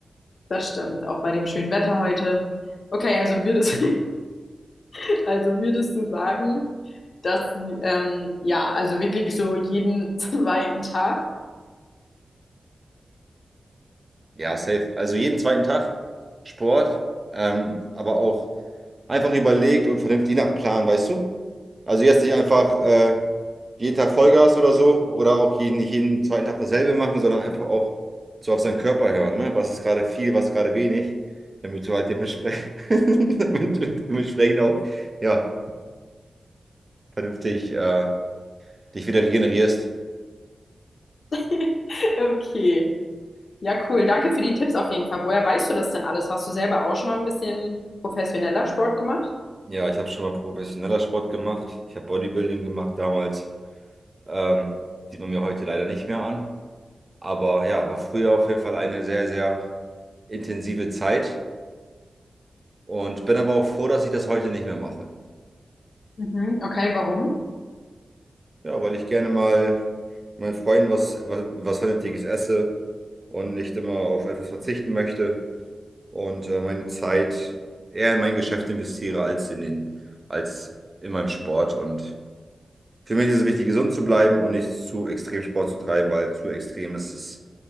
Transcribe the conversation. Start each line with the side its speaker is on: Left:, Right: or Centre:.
Left: das stimmt, auch bei dem schönen Wetter heute. Okay, also würdest, <laughs> also würdest du sagen, dass, ähm, ja, also wirklich so jeden <laughs> zweiten Tag?
Right: Ja, safe. Also jeden zweiten Tag Sport, ähm, aber auch einfach überlegt und vernünftig nach Plan, weißt du? Also jetzt nicht einfach äh, jeden Tag Vollgas oder so oder auch jeden, nicht jeden zweiten Tag dasselbe machen, sondern einfach auch so auf seinen Körper hören, ne? Was ist gerade viel, was ist gerade wenig, damit du halt dementsprechend, <laughs> damit du dementsprechend auch ja, vernünftig äh, dich wieder regenerierst.
Left: <laughs> Okay, ja, cool. Danke für die Tipps auf jeden Fall. Woher weißt du das denn alles? Hast du selber auch schon mal ein bisschen professioneller Sport gemacht?
Right: Ja, ich habe schon mal professioneller Sport gemacht. Ich habe Bodybuilding gemacht damals. Ähm, sieht man mir heute leider nicht mehr an. Aber ja, war früher auf jeden Fall eine sehr, sehr intensive Zeit. Und bin aber auch froh, dass ich das heute nicht mehr mache.
Left: Mhm, okay, warum?
Right: Ja, weil ich gerne mal meinen Freunden was, was, was Vernünftiges esse und nicht immer auf etwas verzichten möchte und äh, meine Zeit eher in mein Geschäft investiere als in den, als in meinem Sport. Und für mich ist es wichtig, gesund zu bleiben und nicht zu extrem Sport zu treiben, weil zu extrem ist es,